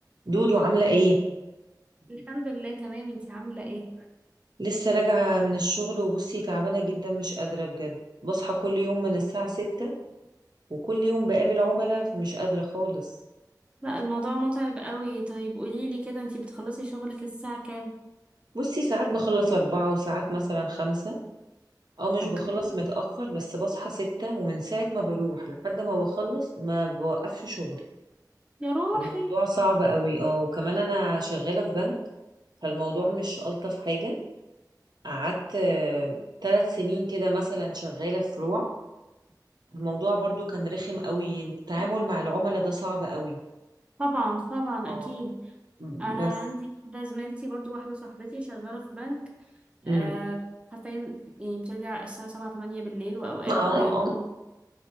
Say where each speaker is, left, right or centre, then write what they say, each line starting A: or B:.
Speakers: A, on the right; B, on the right.
A: دودو عاملة ايه؟
B: الحمد لله تمام انتي عاملة ايه
A: لسه راجعة من الشغل وبصي تعبانة جدا مش قادرة بجد بصحى كل يوم من الساعة ستة وكل يوم بقابل عملاء فمش قادرة خالص
B: لا الموضوع متعب قوي طيب قوليلي كده انتي بتخلصي شغلك الساعة كام
A: بصي ساعات بخلص أربعة وساعات مثلا خمسة أو مش
B: اوكي
A: بخلص متأخر بس بصحى ستة ومن ساعة ما بروح لحد ما بخلص ما بوقفش شغل
B: يا روحي
A: الموضوع صعب قوي اه وكمان أنا شغالة في بنك فالموضوع مش ألطف حاجة قعدت ثلاث سنين كده مثلا شغالة في فروع الموضوع برضو كان رخم قوي التعامل مع العملاء ده صعب قوي
B: طبعا طبعا
A: اه
B: اكيد انا
A: بس
B: عندي كده زميلتي برضو واحدة صاحبتي شغالة في بنك
A: امم
B: آه حرفيا يعني بترجع الساعة سبعة تمانية بالليل واوقات
A: اه
B: بي...
A: اه